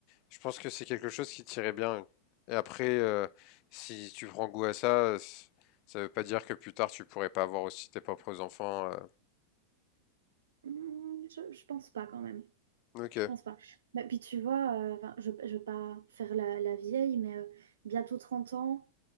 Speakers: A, on the left (about 45°); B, on the right (about 65°).
A: je pense que c'est quelque chose qui t'irait bien. Et après, euh, si tu prends goût à ça, c- ça veut pas dire que plus tard tu pourrais pas avoir aussi tes propres enfants. euh.
B: Hmm, je, je pense pas quand même.
A: Ok,
B: Je pense pas. Bah, puis tu vois, euh, enfin, je, je vais pas faire la, la vieille, mais euh, bientôt 30 ans,